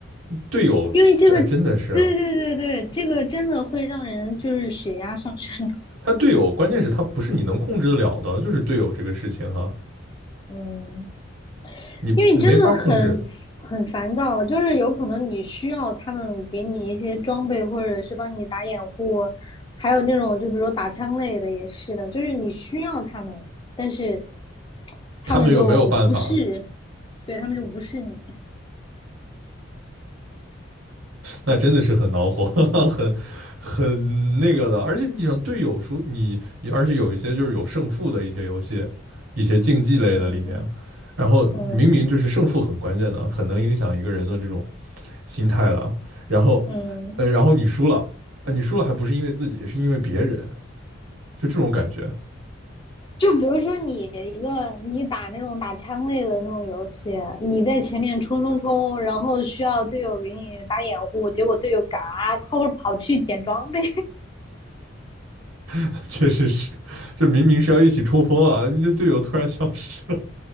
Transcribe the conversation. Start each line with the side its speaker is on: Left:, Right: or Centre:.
Right: 队友，
Left: 因为这个，
Right: 这哎真的是啊，
Left: 对对对对，这个真的会让人就是血压上升的。
Right: 他队友关键是他不是你能控制得了的，就是队友这个事情哈、
Left: <laughs> 嗯。
Right: 你你没法控制，
Left: 因为你真的很很烦躁，就是有可能你需要他们给你一些装备，或者是帮你打掩护，还有那种就比如说打枪类的也是的，就是你需要他们，但是他们就无视，
Right: 他们又没有办法，
Left: 对，他们就无视你，
Right: 那真的是很恼火，<laughs> 很很那个的。而且你想队友输你，而且有一些就是有胜负的一些游戏，一些竞技类的里面啊，
Left: 嗯
Right: 然后明明就是胜负很关键的，
Left: 嗯
Right: 很能影响一个人的这种心态了。然后，
Left: 嗯，
Right: 呃，然后你输了，啊，你输了还不是因为自己，是因为别人，就这种感觉，
Left: 就比如说你一个你打那种打枪类的那种游戏，你在前面冲冲冲，然后需要队友给你打掩护，结果队友嘎，他会跑去捡装备。
Right: <laughs> 确实是，这明明是要一起冲锋了，你的队友突然消失了，